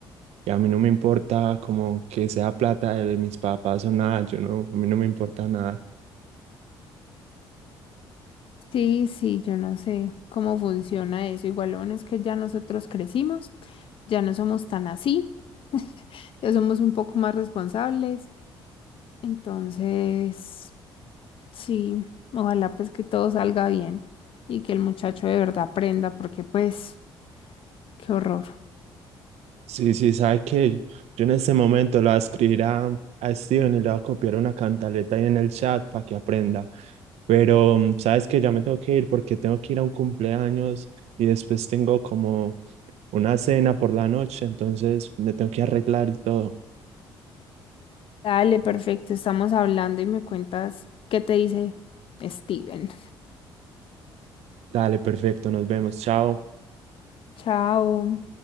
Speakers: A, on the right (about 65°); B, on the left (about 50°).
A: y a mí no me importa como que sea plata de mis papás o nada, yo no, a mí no me importa nada.
B: Sí, sí, yo no sé cómo funciona eso. Igual lo bueno es que ya nosotros crecimos, ya no somos tan así, ya somos un poco más responsables. Entonces, sí, ojalá pues que todo salga bien y que el muchacho de verdad aprenda porque pues, qué horror.
A: Sí, sí, sabe que yo en este momento la voy a escribir a, a Steven y le voy a copiar una cantaleta ahí en el chat para que aprenda, pero mm, sabes que ya me tengo que ir porque tengo que ir a un cumpleaños y después tengo como una cena por la noche, entonces me tengo que arreglar y todo.
B: Dale, perfecto, estamos hablando y me cuentas qué te dice Steven.
A: Dale, perfecto, nos vemos, chao.
B: <laughs> Chao.